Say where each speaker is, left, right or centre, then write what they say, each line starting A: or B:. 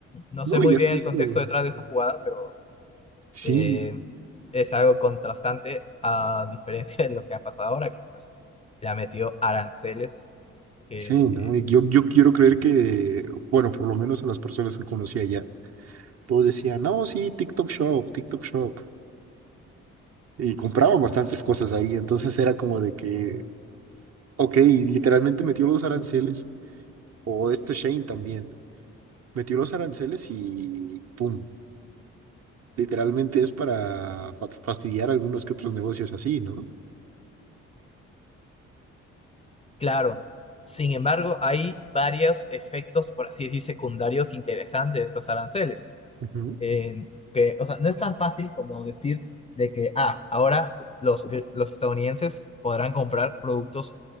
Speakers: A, on the left (about 20°); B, on the right (about 50°).
A: No
B: No,
A: sé muy
B: y hasta
A: bien el
B: eso.
A: contexto detrás de esa jugada, pero eh,
B: Sí,
A: es algo contrastante a diferencia <laughs> de lo que ha pasado ahora, que pues, le ha metido aranceles, que
B: Sí, ¿no? Y Yo, yo quiero creer que, bueno, por lo menos a las personas que conocí allá, todos decían, no, sí, TikTok Shop, TikTok Shop. Y compraban bastantes cosas ahí. Entonces era como de que, ok, literalmente metió los aranceles, o este Shane también, metió los aranceles y pum, literalmente es para fa- fastidiar algunos que otros negocios así, ¿no?
A: claro, sin embargo, hay varios efectos, por así decir, secundarios interesantes de estos aranceles.
B: Ujú,
A: en que, o sea, no es tan fácil como decir de que, ah, ahora los, gr- los estadounidenses podrán comprar productos